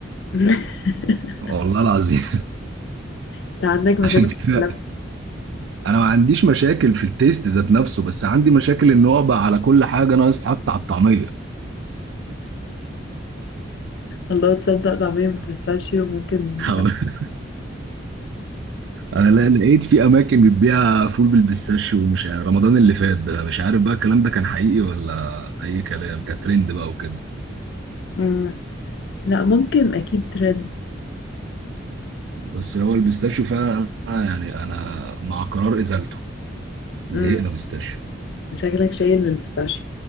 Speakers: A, on the left (about 60°); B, on the right (about 65°).
A: <laughs>
B: والله العظيم
A: انت عندك مشاكل
B: <laughs> عشان كده
A: مع اللبن
B: انا ما عنديش مشاكل في التيست ذات نفسه بس عندي مشاكل ان هو بقى على كل حاجه ناقص تحط على الطعميه
A: الله تصدق طعمية بالبيستاشيو ممكن
B: <laughs>
A: يبقى
B: انا لا لقيت في اماكن بتبيع فول بالبيستاشيو ومش عارف رمضان اللي فات ده مش عارف بقى الكلام ده كان حقيقي ولا اي كلام كان ترند بقى وكده
A: مم. لا ممكن اكيد ترد
B: بس هو البيستاشيو فعلا انا يعني انا مع قرار ازالته زهقنا
A: مم.
B: بيستاشيو
A: شكلك شايل بالبيستاشيو